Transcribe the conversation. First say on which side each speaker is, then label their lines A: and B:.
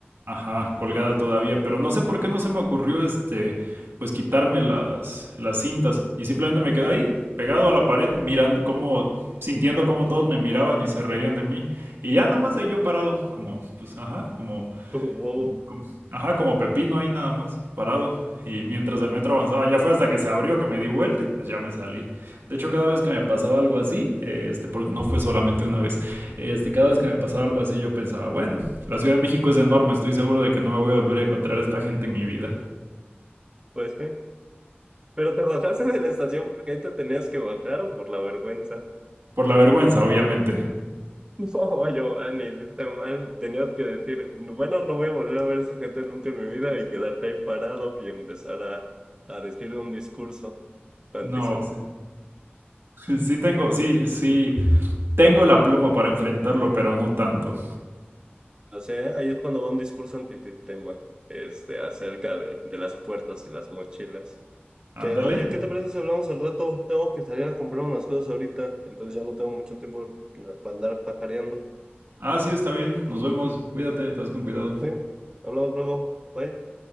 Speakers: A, on the right; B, on the right.
A: Ajá, colgada todavía, pero no sé por qué no se me ocurrió este, pues quitarme las, las cintas y simplemente me quedé ahí, pegado a la pared, mirando cómo, sintiendo cómo todos me miraban y se reían de mí y ya nada más ahí yo parado, como, pues ajá, como
B: como bobo,
A: como- ajá, como pepino ahí nada más, parado. Y mientras el metro avanzaba, ya fue hasta que se abrió que me di vuelta y pues ya me salí. De hecho, cada vez que me pasaba algo así, este, porque no fue solamente una vez, este, cada vez que me pasaba algo así yo pensaba, bueno, la Ciudad de México es enorme, estoy seguro de que no me voy a volver a encontrar a esta gente en mi vida.
B: <laughs> pues, sí. Pero te bajaste de la estación porque ahí te tenías que bajar o por la vergüenza. <laughs>
A: Por la vergüenza, obviamente.
B: No, Giovanni, hiciste mal. Tenías que decir, bueno, no voy a volver a ver a esa gente nunca en mi vida y quedarte ahí parado y empezar a, a decir un discurso antisistema.
A: No, sí, <laughs> sí tengo, sí, sí, tengo la pluma para enfrentarlo, pero no tanto.
B: No sé, ahí es cuando va un discurso antisistema, este, acerca de, de las puertas y las mochilas.
A: Ándale.
B: Pero oye, ¿qué te parece si hablamos al rato? Tengo que salir a comprar unas cosas ahorita, entonces ya no tengo mucho tiempo para andar pajareando.
A: Ah, sí, está bien. Nos vemos. Cuídate, estás con cuidado.
B: Sí, hablamos luego. Bye.